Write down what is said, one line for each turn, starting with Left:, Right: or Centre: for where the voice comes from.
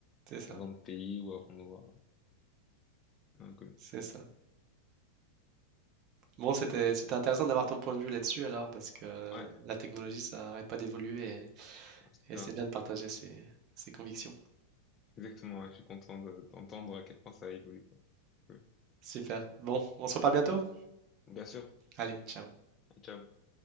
Right: C'est ça,
Left: avant de payer ou avant de voir un colis.
Right: c'est ça. Bon, c'était c'était intéressant d'avoir ton point de vue là-dessus alors, parce que
Left: Ouais,
Right: la technologie, ça n'arrête pas d'évoluer
Left: c'est
Right: et,
Left: ça.
Right: et c'est bien de partager ses, ses convictions.
Left: Exactement, ouais, je suis content de- d'entendre à quel point ça a évolué. quoi. Cool.
Right: Super. Bon, on se reparle bientôt?
Left: Bien bien sûr,
Right: Allez, ciao.
Left: ciao.